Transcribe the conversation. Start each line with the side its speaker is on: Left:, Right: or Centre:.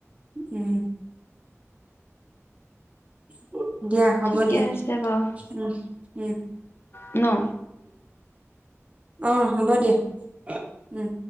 Right: উম। কো <unintelligible> দিয়া, হ'ব
Left: ঠিকে
Right: দিয়া।
Left: আছে বাৰু
Right: উম। উম
Left: ন
Right: আহ হ'ব দিয়া উম